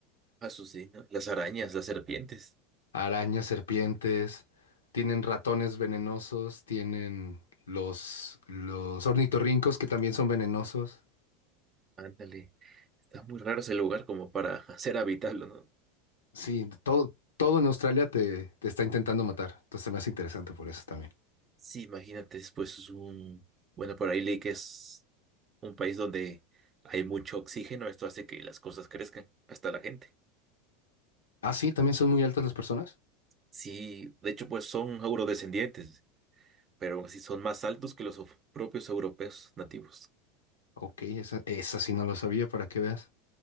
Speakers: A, on the right; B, on the left.
A: Azucena, las arañas, las serpientes.
B: arañas, serpientes, tienen ratones venenosos, tienen los, los ornitorrincos que también son venenosos.
A: Ándale. Está muy raro ese lugar como para <laughs> hacer habitable, ¿no?
B: Sí, todo, todo en Australia te, te está intentando matar. Entonces se me hace interesante por eso también.
A: Sí, imagínate, después es un... Bueno, por ahí leí que es un país donde hay mucho oxígeno. Esto hace que las cosas crezcan, hasta la gente.
B: Ah, sí, también son muy altas las personas.
A: Sí, de hecho, pues son eurodescendientes, pero aún así son más altos que los of- propios europeos nativos.
B: Ok, esa, esa sí no lo sabía, para que veas.